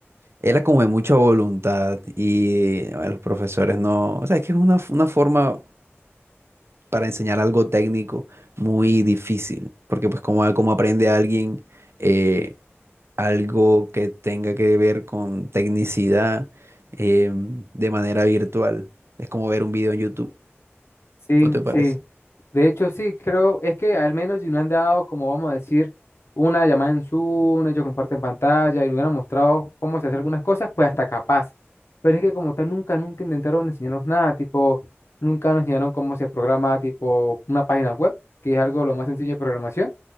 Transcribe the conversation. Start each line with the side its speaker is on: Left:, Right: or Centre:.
Right: era como de mucha voluntad y eh, a los profesores no, o sea, es que es una, una forma para enseñar algo técnico muy difícil, porque pues como, ah, como aprende alguien eh, algo que tenga que ver con tecnicidad em, de manera virtual, es como ver un video en YouTube.
Left: Sí,
Right: ¿No te parece?
Left: sí. De hecho, sí, creo, es que al menos si no han dado, como vamos a decir, una llamada en Zoom, ellos comparten pantalla y nos han mostrado cómo se hace algunas cosas, pues hasta capaz. Pero es que como tal, nunca, nunca intentaron enseñarnos nada, tipo, nunca nos enseñaron cómo se programa, tipo, una página web, que es algo lo más sencillo de programación.